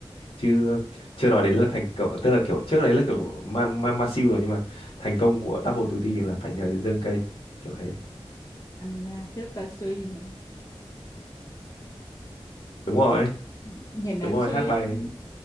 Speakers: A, on the left; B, on the left.
A: chứ chưa nói đến là thành công tức là kiểu trước đấy là kiểu của Ma, Ma, Ma Siêu rồi nhưng mà thành công của Double tutti là phải nhờ đến Dương K kiểu thế
B: anh à, chết ta suy nữa.
A: đúng
B: Trời
A: rồi
B: nhìn anh
A: đúng rồi
B: suy
A: hát bài